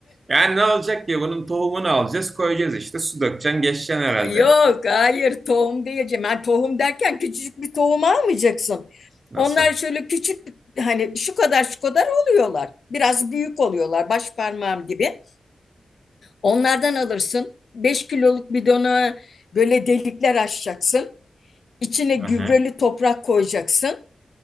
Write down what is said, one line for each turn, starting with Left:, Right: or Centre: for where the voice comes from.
Right: Yani ne olacak ki? Bunun tohumunu alacağız, koyacağız işte. Su dökeceksin, geçeceksin herhalde.
Left: Yok, hayır tohum diyeceğim. Ben tohum derken küçücük bir tohum almayacaksın.
Right: Nasıl?
Left: Onlar şöyle küçük hani şu kadar şu kadar oluyorlar. Biraz büyük oluyorlar baş parmağım gibi. Onlardan alırsın. beş kiloluk bidona böyle delikler açacaksın. İçine gübreli
Right: Aha.
Left: toprak koyacaksın.